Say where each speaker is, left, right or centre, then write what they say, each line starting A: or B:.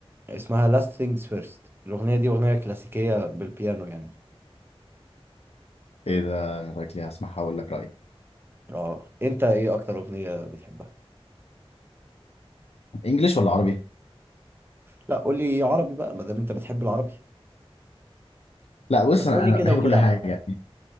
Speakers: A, on the right; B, on the left.
A: اسمها Last Things First الاغنية دي اغنية كلاسيكية بالبيانو يعني
B: إيه ده أنا شكلي هسمعها وأقول لك رأيي
A: اه انت ايه اكتر اغنية بتحبها
B: إنجليش ولا عربي؟
A: لا قولي عربي بقى ما دام انت بتحب العربي
B: لا بص
A: بس
B: أنا
A: قولي
B: أنا
A: كده
B: بحب
A: وكده
B: كل حاجة
A: عامة